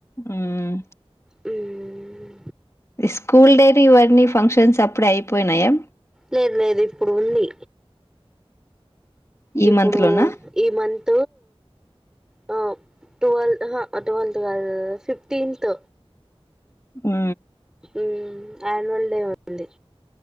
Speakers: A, on the left; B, in the centre.
A: ఉమ్
B: హమ్
A: స్కూల్ డైని ఇవన్నీ ఫంక్షన్స్ అప్పుడే అయిపోయినాయా
B: లేదు లేదు ఇప్పుడు ఉంది
A: ఈ
B: ఇప్పుడు
A: మంత్ లోనా
B: ఈ మంత తు టవల్ ఆహ ట్వల్త్ కాదు ఫిఫ్టీన్త్
A: ఆ
B: ఆహ యాన్యువల్ డే ఉంది